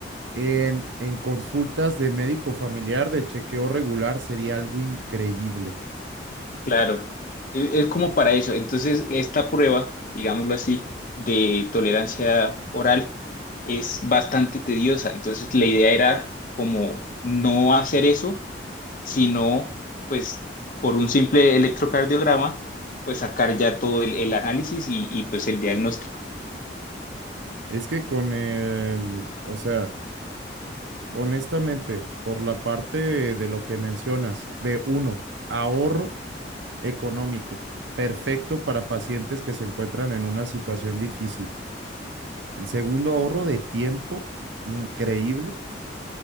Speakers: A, on the right; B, on the left.
A: En, en consultas de médico familiar de chequeo regular sería algo increíble.
B: Claro, es, es como para eso. Entonces, esta prueba, digámoslo así, de tolerancia oral es bastante tediosa. Entonces, la idea era como no hacer eso sino pues por un simple electrocardiograma, pues sacar ya todo el, el análisis y, y, pues el diagnóstico.
A: Es que con el, o sea, honestamente, por la parte de lo que mencionas, de uno, ahorro económico, perfecto para pacientes que se encuentran en una situación difícil. El segundo, ahorro de tiempo, increíble.